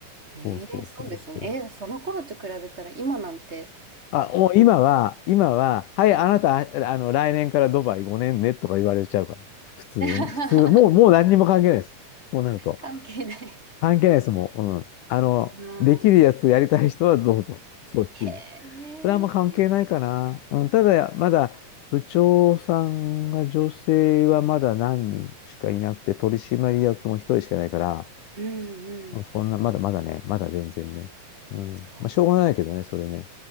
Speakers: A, on the right; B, on the left.
A: ええそうですよね。
B: そうそうそうそう。
A: えー、その頃と比べたら今なんて
B: あ、もう今は、今は、はい、あなた、あの、来年からドバイ5年ねとか言われちゃうから。普通に。
A: <laughs>
B: 普通、もう、もう何にも関係ないです。こうなると。
A: 関係ない。
B: 関係ないですもううん。あの、
A: うん。
B: できるやつやりたい人はどうぞ。<laughs> そういう。
A: へえ。
B: それはあんま関係ないかな。うん、ただ、まだ部長さんが女性はまだ何人しかいなくて、取締役も一人しかないから、
A: うんうん。
B: まあそんな、まだまだね、まだ全然ね。うん。
A: そう。
B: まあ、しょうがないけどね、それね。